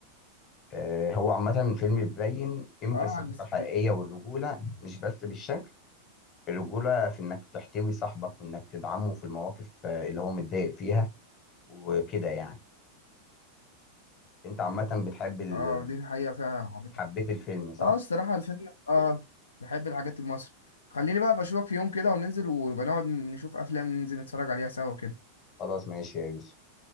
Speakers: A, on the left; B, on the left.
A: آه، هو عامة فيلم بيبين قيمة
B: اه
A: الصداقة
B: عن الس-
A: الحقيقية والرجولة مش بس بالشكل الرجولة في إنك تحتوي صاحبك وإنك تدعمه في المواقف آه، اللي هو متضايق فيها وكده يعني أنت عامة بتحب ال...
B: اه دي حقيقة فعلا
A: حبيت الفيلم صح؟
B: اه الصراحة الفيلم اه بحب الحاجات المصري خليني بقى بشوفك في يوم كده وننزل ونبقى نقعد نشوف افلام ننزل نتفرج عليها سوا كده
A: خلاص ماشي يا يوسف